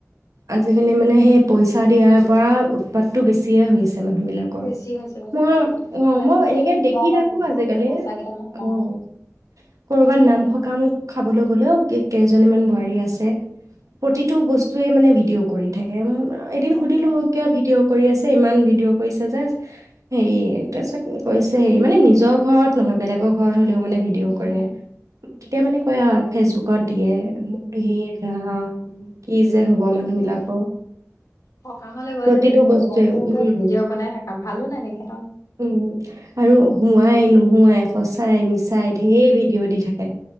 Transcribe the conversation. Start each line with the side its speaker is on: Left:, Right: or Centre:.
Right: আজিকালি মানে সেই পইচা দিয়াৰ পৰা উৎপাতটো বেছিয়ে হৈছে। মানুহ বিলাকৰ
Left: বেছি হৈছে বছৰটো
Right: মই অ'
Left: মানে
Right: মই
Left: তেনেকে
Right: এনেকে
Left: কিবা
Right: দেখি
Left: এটা
Right: থাকো
Left: ভিডিঅ'
Right: আজিকালি
Left: দি পইচা
Right: অ'
Left: কেইটামান পাওঁ
Right: কৰবাত নাম সকাম খাবলৈ গ'লেও কেক। কেইজনীমান বোৱাৰী
Left: উম,
Right: আছে প্ৰতিটো বস্তুৱয়ে মানে ভিডিঅ' কৰি থাকে। এদিন
Left: হয়
Right: সুধিলো
Left: দিয়া
Right: কিয় ভিডিঅ'? কৰি আছে ইমান ভিডিঅ কৰিছা যে হেই মানে নিজৰ ঘৰত নহয় বেলেগৰৰত হ'লেও মানে ভিডিঅ'
Left: উম
Right: কৰে।
Left: উম
Right: তেতিয়া মানে কয়, ফেচবুকত দিয়ে মোকহি। <unintelligible> কি যে হব মানুহ
Left: হয় দিয়া
Right: বিলাকৰ,
Left: সকামলৈ গৈ
Right: প্ৰতিটো
Left: যদি তুমি
Right: বস্তুৱে
Left: মোবাইলটো এতিয়া
Right: উম
Left: ভিডিঅ' বনাই থাকা ভালো নেদেখে ন
Right: উম আৰু হোৱাই নোহোৱাই সঁচাই মিছাই ঢেৰ ভিডিঅ' দি থাকে